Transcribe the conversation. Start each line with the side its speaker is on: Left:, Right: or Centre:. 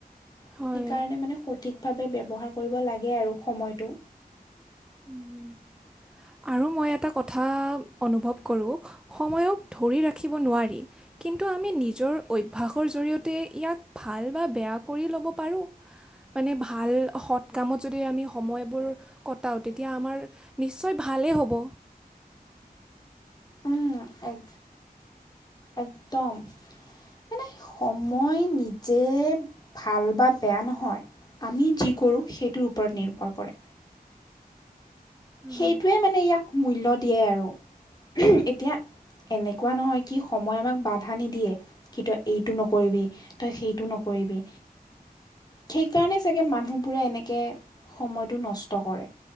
Centre: হয়।
Left: সেইকাৰণে মানে সঠিকভাৱে ব্যৱহাৰ কৰিব লাগে আৰু, সময়টো।
Centre: <inaudible> আৰু মই এটা কথা অনুভৱ কৰোঁ, সময়ক ধৰি ৰাখিব নোৱাৰি, কিন তো আমি নিজৰ অভ্যাসৰ জৰিয়তে ইয়াক ভাল বা বেয়া কৰি ল'ব পাৰোঁ। মানে ভাল সৎ কামত যদি আমি সময়বোৰ ক কটাও তেতিয়া আমাৰ নিশ্চয় ভালেই হ'ব।
Left: উম, এক একদম। মানে সময় নিজে ভাল বা বেয়া নহয়। আমি যি কৰোঁ সেইটোৰ ওপৰত নিৰ্ভৰ কৰে।
Centre: হয়
Left: সেইটোৱে মানে ইয়াক মূল্য দিয়ে আৰু এতিয়া এনেকুৱা নহয় কি সময় আমাক বাধা নিদিয়ে কি তই এইটো নকৰিবি তই সেইটো নকৰিবি। নকৰিবি। সেইকাৰণে চাগে মানুহবোৰে এনেকে সময়টো নষ্ট কৰে,